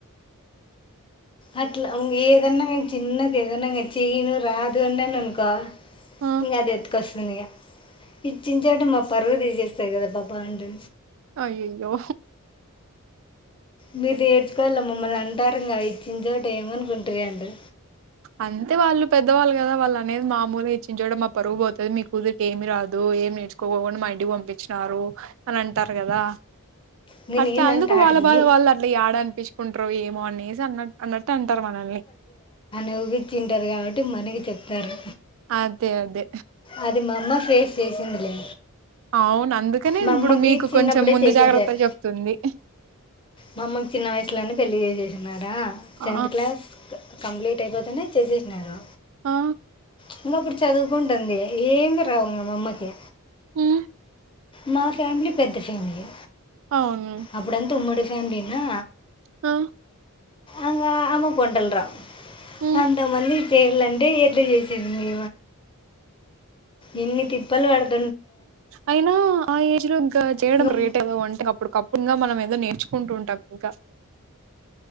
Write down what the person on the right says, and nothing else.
ఆ
అయ్యయ్యో
అంతే వాళ్ళు పెద్దవాళ్ళు కదా వాళ్ళు అనేది మామూలు ఇచ్చించోట కూడా మా పరువు పోతది మీ కూతురికి ఏమి రాదు ఏమి నేర్చుకోకుండా మ ఇంటికి పంపించినారు అని అంటారు కదా
అట్లా
అందుకు
వాళ్ళ
బాధ వాళ్ళ అట్ల యాడ అనిపిించ కుంట్రు ఏమో అనేసి అన్నట్ అన్నట్టు అంటారు మనల్ని
ఆదే అదే
అవును అందుకనే
ఇప్పుడు
మీకు
కొంచం ముందు
జాగ్రత్తలు చెప్తుంది
ఆ
ఆ
మ్
అవును
ఆ
ఉమ్
అయినా ఆ ఏజ్ లో ఇంకా చేయడం
గ్రేట్ కద అంటే అప్పుటికప్పుడు గా మనం ఏదో నేర్చుకుంటూ ఉంటాం ఇంకా